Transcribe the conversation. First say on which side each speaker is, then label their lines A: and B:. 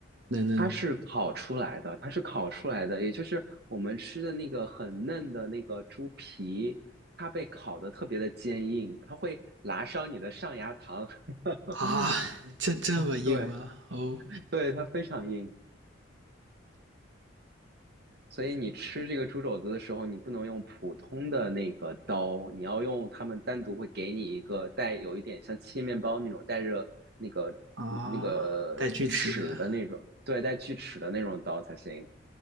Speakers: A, on the right (about 70°); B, on the right (about 55°).
A: 嫩嫩的
B: 它是烤出来的，它是烤出来的，也就是我们吃的那个很嫩的那个猪皮，它被烤得特别的坚硬，它会拉伤你的上牙膛。<laughs>
A: 啊？这这么硬吗？
B: 对
A: 哦
B: 对，它非常硬，所以你吃这个猪肘子的时候，你不能用普通的那个刀，你要用他们单独会给你一个带有一点像切面包那种带着那个那个齿的那种，
A: 啊，带锯齿的
B: 对，带锯齿的那种刀才行。